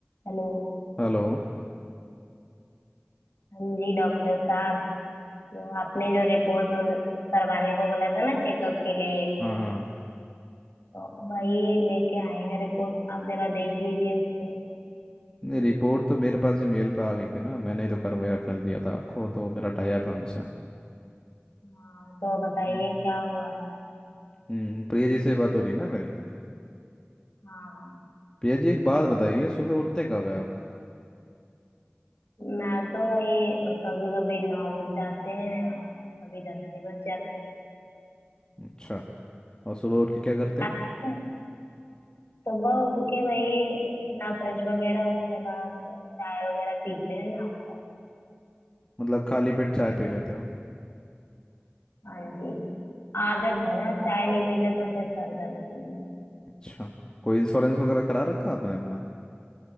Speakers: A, on the left; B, on the left.
A: हेलो
B: Hello
A: हाँ जी डॉक्टर साहब तो आपने जो रिपोर्ट में करवाने को बोला था ना चेकअप के लिए
B: हाँ हाँ
A: तो वही लेके आए हैं रिपोर्ट आप जरा देख लीजिए उसको
B: नहीं रिपोर्ट तो मेरे पास भी मेल पे आ गई थी ना मैंने ही तो करवाई रेफरेंस दिया था आपको तो मेरा टाई अप है उनसे
A: हाँ तो बताइए
B: हम्म
A: क्या हुआ है
B: हम्म, प्रिया जी से बात हो रही है ना मेरी
A: हाँ
B: प्रिया जी एक बात बताइए सुबह उठते कब है आप
A: मैं तो वही कभी कभी नौ बज जाते हैं और कभी दस भी बज जाते हैं
B: अच्छा और सुबह उठ के क्या करते
A: रात
B: हो
A: में सुबह उठ के वही अपना फ्रेश वगैरह उसके बाद चाय वगैरह पीते हैं नाश्ता
B: मतलब खाली पेट चाय पी लेते हो
A: हाँ जी आदत है ना चाय नहीं पीते तो फिर सर दर्द करने लगता
B: अच्छा कोई इंश्योरेंस वगैरह करा रखा आपने अपना